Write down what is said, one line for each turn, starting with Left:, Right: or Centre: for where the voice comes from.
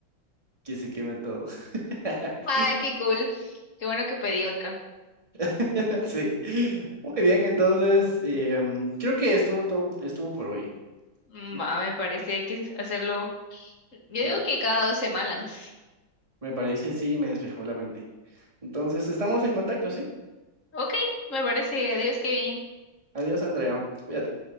Right: que se quemen todos. <laughs>
Left: Ay, qué cool. Qué bueno que pedí otra.
Right: <laughs> Sí. Muy bien, entonces eh, mm, creo que estuvo todo, estuvo por hoy.
Left: Mm,
Right: Mm,
Left: Va, me parece, hay que hacerlo. Yo
Right: mm,
Left: digo que cada dos semanas.
Right: Me parece, sí, me despejó la mente. Entonces, estamos en contacto, ¿sí?
Left: Ok, me parece. Adiós, Kevin.
Right: Adiós, Andrea. Cuídate.